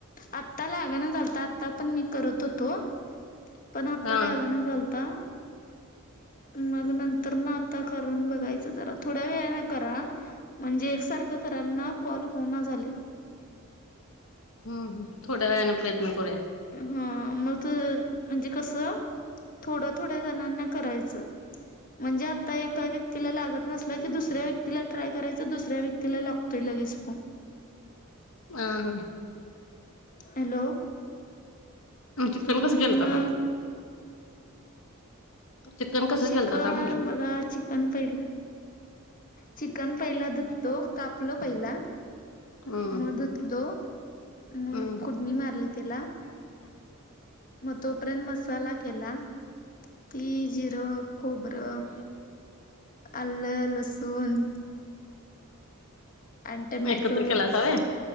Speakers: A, on the left (about 40°); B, on the left (about 65°).
A: आत्ता लागना झालता आता पण मी करत होतो. पण आत्ता
B: हा
A: लागणा
B: हम्म
A: झालता. मग नंतर न आता करून बघायचं जरा थोड्या वेळानं करा. म्हणजे एकसारखं करायला ना कॉल हुं ना झालेत
B: हम् हम थोड्या वेळांन प्रयत्न करुया.
A: हा मग म्हणजे कस थोड्या थोड्या जणांना करायचं. म्हणजे आता एका व्यक्तीला लागत नसला की दुसऱ्या व्यक्तीला ट्राय करायचं दुसऱ्या व्यक्ती तिला लागतोय लगेच फोन.
B: हा हा
A: हॅलो
B: चिकन कसं केलतासा.
A: मग
B: चिकन कसं
A: चिकन
B: केलतासा म्हणलं
A: बघा ची चन पहिला. चिकन पहिला धुतलो कापलो पहिला
B: हम्म
A: मग धुतलो. मग
B: हम्म
A: फोडणी मारली त्याला मग तोपर्यंत मसाला केला. तीळ, जीर खोबरं, आलं, लसूण. आणि टमॅटो
B: एकत्र केलासा व्हय.